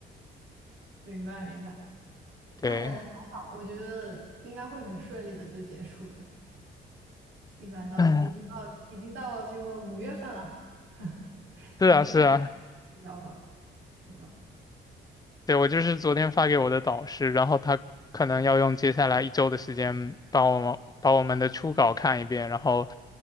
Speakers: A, on the right; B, on the left.
A: 明白明白，
B: 对，
A: 但还好，我觉得应该会很顺利的就结束的。一般到已经到已经到这个五月份了，
B: 嗯，
A: <laughs>
B: 是啊是啊，
A: 你们应该比较吧？是吧？
B: 对，我就是昨天发给我的导师，然后他可能要用接下来一周的时间把我们把我们的初稿看一遍，然后